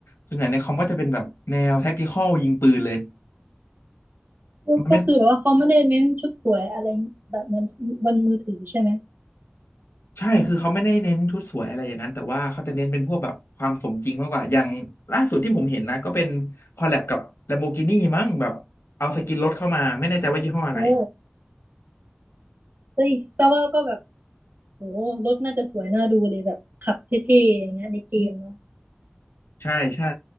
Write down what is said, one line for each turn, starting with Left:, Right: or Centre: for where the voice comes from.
Left: ส่วนใหญ่ในคอมก็จะเป็นแบบแนว tactical ยิงปืนเลย
Right: ก็ก็คือแบบว่าเขาไม่ได้เน้นชุดสวยอะไรแบบเหมือนบนมือถือใช่ไหม
Left: มันไม่ ใช่ คือเขาไม่ได้เน้นชุดสวยอะไรอย่างนั้น แต่ว่าเขาจะเน้นเป็นพวกแบบความสมจริงมากกว่าอย่างล่าสุดที่ผมเห็นนะ ก็เป็นคอลแลบกับ Lamborghini มั้งแบบเอาสกินรถเข้ามา ไม่แน่ใจว่ายี่ห้ออะไร
Right: โอ้เฮ้ยแปลว่าก็แบบโอ้รถน่าจะสวยน่าดูเลยแบบขับเท่ๆอย่างเงี้ยในเกมเนาะ
Left: ใช่ใช่